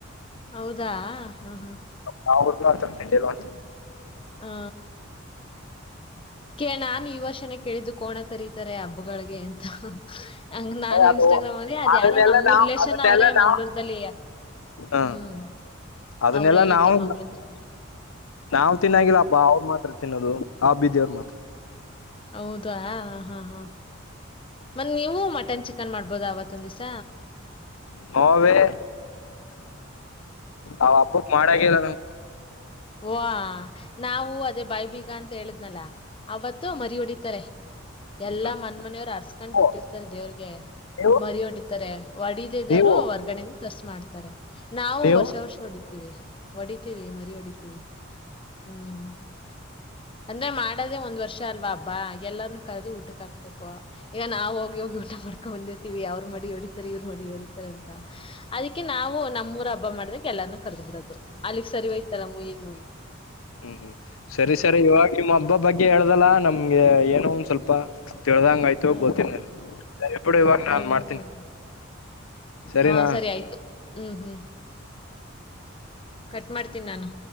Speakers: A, on the left (about 25°); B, on the left (about 85°).
A: ಹೌದಾ ಹಾ ಹಾ
B: ನಾವಿಬ್ರೂ ಅತರ ನಡೆಯಲ್ವಂತೆ.
A: ಹಾ ಎ ನಾನು ಈ ವರ್ಷನೇ ಕೇಳಿದ್ದು ಕೋಣ ತರೀತರೆ ಹಬ್ಬಗಳಿಗೆ ಅಂತ. ಹಂಗ್ ನಾನು
B: ಅದು
A: ಇನ್ಸ್ಟಾಗ್ರಾಮ್ ಅಲ್ಲಿ ಅದ್
B: ಅದನ್ನೆಲ್ಲ
A: ಯಾರೋ ನಮ್ಮೂ
B: ನಾವ್
A: ರಿಲೇಶನ್ನ್
B: ಅದನ್ನೆಲ್ಲ
A: ಅವ್ರೇ ಮಂಗ್ಳೂರೂದಲ್ಲಿ
B: ನಾವ್ ಹ
A: ಹ್ಮ್
B: ಅದನ್ನೆಲ್ಲಾ
A: ಅವ್ರ್ ಹೇಳಿದ್ದು
B: ನಾವು
A: ಮಂಗ್ಳ ಹತ್ರ
B: ನಾವ್ ತಿನ್ನಾಗಿಲ್ಲ
A: ಹ್ಮ್.
B: ಹಬ್ಬ ಅವ್ರ ಮಾತ್ರ ತಿನ್ನೋದು ಆ ಬಿದಿಯವರ್ ಮಾತ್ರ.
A: ಹೌದಾ ಹಾ ಹಾ ಮನ್ ನೀವು ಮಟನ್ ಚಿಕನ್ ಮಾಡ್ ಬೋದ ಅವತ್ ಒಂದಿವ್ಸ.
B: ನೂ ವೇ ಅವ್ ಹಬ್ಬಕ್ ಮಾಡಂಗಿಲ್ಲ ನಾವ್.
A: ವ ನಾವು ಅದೇ ಬಾಯಬೀಗಂತ ಹೇಳಿದ್ನಲ ಅವತ್ತು ಮರಿ ಹೊಡಿತಾರೆ ಎಲ್ಲಾ
B: ಹ್ಮ್.
A: ಮನ್ ಮನೆಯವ್ರು ಅರ್ಸ್ಕೊಂಡ್ ಬಿಟ್ಟಿರ್ತಾರೆ
B: ಓ,
A: ದೇವ್ರಿಗೆ
B: ನೀವು
A: ಮರಿ ಹೊಡಿತಾರೆ ಹೊಡಿದ ಇದವ್ರು
B: ನೀವು
A: ಹೊರಗಡೆ ಪ್ಲಸ್ ಮಾಡ್ತಾರೆ ನಾವು
B: ನೀವು
A: ವರ್ಷ ವರ್ಷ ಹೊಡಿದವಿ ರಿ ಹೊಡಿತೀವಿ ಮರಿ ಹೊಡೀತವಿ ಹ್ಮ ಹ್ಮ್ ಅಂದ್ರೆ ಮಾಡದೇ ಒಂದ್ ವರ್ಷ ಇಷ್ಟ ಅಲ್ವಾ ಹಬ್ಬ ಎಲ್ಲರನ್ನ ಕರೆದಿ ಊಟಕ್ ಹಾಕ್ಬೇಕು ಈಗ ನಾವವು ಹೋಗಿ ಹೋಗಿ ಊಟ ಮಾಡ್ಕೊ ಹೊಂದಿರ್ತೀವಿ ಅವ್ರ ಮಡಿ ಹೊಡಿತರ್ ಇವ್ರ ಮಡಿ ಹೊಡಿತಾರೆ ಅಂತ ಅದಿಕ್ಕೆ ನಾವು ನಮ್ಮೂರ ಹಬ್ಬ ಮಾಡ್ದಕ್ ಎಲ್ಲಾರಾನೂ ಕರ್ದ್ ಬಿಡೋದು ಅಲ್ಲಿಗ್ ಸರಿವಯ್ತಲ್ಲ ಮುಯಿಗು ಮುಯಿ
B: ಹ್ಮ್ ಸರಿ ಸರಿ ಇವಾಗ ನಿಮ್ಮ್ ಹಬ್ಬ ಬಗ್ಗೆ ಹೇಳ್ದಲ್ಲ ನಮ್ಗೆ ಏನೋ ಒಂದ ಸ್ವಲ್ಪ ತಿಳ್ದಂಗ ಆಯ್ತು
A: ಹ್ಮ್
B: ಗೊತ್ತಿಲ್ಲ ಸರಿ ಬಿಡು ಇವಾಗ
A: ಹ್ಮ್
B: ನಾನ್ ಮಾಡ್ತೀನಿ
A: ಹ್ಮ್
B: ಸರಿನಾ
A: ಹ್ಮ್ ಸರಿ ಆಯ್ತು ಹ್ಮ್ ಹ್ಮ್ ಕಟ್ ಮಾಡ್ತೀನಿ ನಾನು